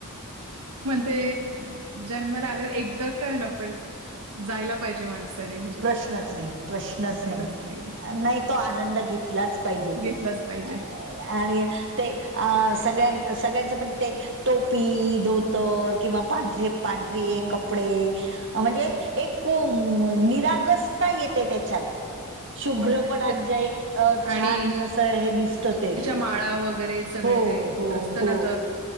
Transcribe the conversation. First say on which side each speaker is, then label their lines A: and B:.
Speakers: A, on the right; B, on the right.
A: ते जन्माला आलेवर एकदा काय होईना पण जायला पाहिजे माणसाने. म्हणजे
B: प्रश्नच नाही, प्रश्नच
A: जायलाच
B: नाही,
A: पाहिजे
B: नाही तो आनंद घेतलाच पाहिजे.
A: घेतलाच पाहिजे
B: अ आणि ते अं सगळ्यां सगळ्यांचं म्हणजे ते टोपी, धोतर किंवा पांढरे ड्रे,
A: हो
B: कपडे म्हणजे एको म निरागसता येते त्याच्यात. शुभ्र
A: हो ना
B: पणा
A: ते
B: जे, अ, छान
A: आणि
B: अस हे दिसत ते.
A: माळा वगैरेस सगळ
B: हो
A: ते
B: हो
A: असत
B: हो
A: ना, त